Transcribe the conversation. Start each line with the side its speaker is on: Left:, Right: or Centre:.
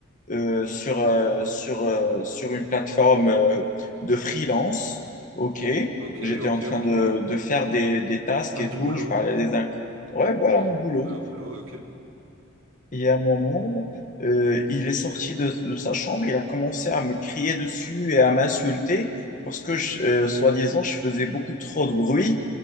Left: euh, sur, euh, sur, euh, sur une plateforme euh, de freelance. OK.
Right: Ok,
Left: J'étais
Right: ok,
Left: en train
Right: ok.
Left: de, de faire des, des tasks
Right: Genre
Left: et
Right: du
Left: tout.
Right: boulot.
Left: Je parlais à des inconnus. Ouais, voilà
Right: Genre,
Left: mon boulot.
Right: ouais, au boulot, ok.
Left: Et à un moment, euh, il est sorti de, de sa chambre. Il a commencé à me crier dessus et à m'insulter parce que, je- euh, soi-disant, je faisais beaucoup trop de bruit